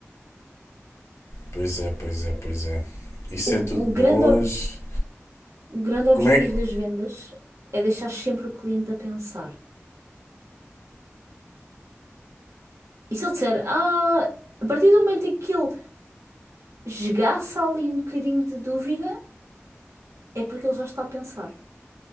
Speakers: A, on the left; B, on the right.
A: pois é, pois é, pois é. Isso
B: O,
A: é tudo
B: o
A: boas.
B: grande, ob- o grande
A: Como
B: objetivo
A: é que.
B: das vendas é deixar sempre o cliente a pensar. E se ele disser, ah, a partir do momento em que ele esgaça ali um bocadinho de dúvida, é porque ele já está a pensar.